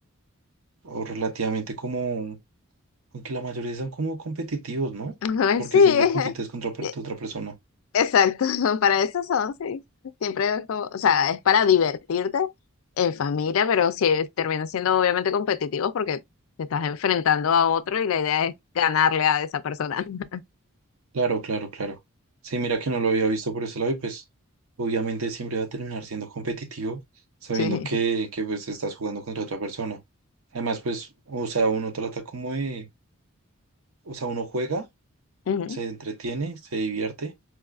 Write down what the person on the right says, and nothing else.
o relativamente como, aunque la mayoría son como competitivos, ¿no?
Porque
siempre compites contra per-
otra persona.
Claro, claro, claro. Sí, mira que no lo había visto por ese lado y pues obviamente siempre va a terminar siendo competitivo sabiendo
que, que pues estás jugando contra otra persona. Además, pues, o sea, uno trata como de, o sea, uno juega,
se entretiene, se divierte,